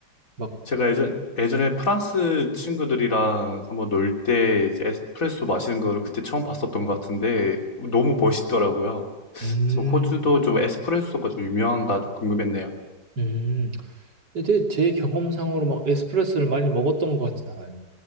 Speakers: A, on the right; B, on the left.
A: 막,
B: 제가 예전, 예전에 프랑스 친구들이랑 한번 놀 때 이제 에스프레소 마시는 거를 그때 처음 봤었던 것 같은데 너무 멋있더라고요.
A: 음,
B: 그래서 호주도 좀 에스프레소가 좀 유명한가 좀 궁금했네요.
A: 음. 이제 제 경험상으로 막 에스프레소를 많이 먹었던 것 같진 않아요.